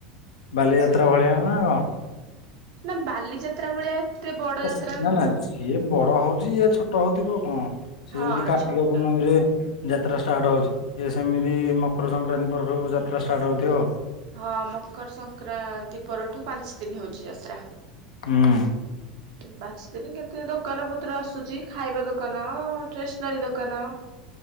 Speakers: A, on the left; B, on the right.
A: ବାଲିଯାତ୍ରା
B: ସେତେବେଳେ
A: ଭଳିଆ ନା କଣ?
B: ନା ବାଲିଯାତ୍ରା ଭଳିଆ ଏତେ ବଡ
A: ଆ
B: ଯାତ୍ରା
A: ସେ ନା
B: ନୁହଁ
A: ନା
B: ତ
A: ଯିଏ ବଡ଼ ହେଉଛି ଇଏ ଛୋଟ ହେଉଥିବ ଆଉ କଣ। ସେ
B: ହଁ
A: ଯେମିତି କାର୍ତ୍ତିକ
B: ଛୋଟ
A: ପୂର୍ଣ୍ଣମୀ ରେ ଯାତ୍ରା ଷ୍ଟାର୍ଟ ହେଉଛି ଇଏ ସେମିତି ମକର ସଂକ୍ରାନ୍ତି ପରଠୁ ଯାତ୍ରା ଷ୍ଟାର୍ଟ୍ ହେଉଥିବ ଆଉ।
B: ହଁ ମକର ସଂକ୍ରାନ୍ତି ପରଠୁ ପାଞ୍ଚ ଦିନ ହେଉଛି ଯାତ୍ରା।
A: ହୁଁ।
B: ପାଞ୍ଚ ଦିନି କେତେ ଦୋକାନ ପତ୍ର ଆସୁଛି ଖାଇବା ଦୋକାନ, ଟେସନାରୀ ଦୋକାନ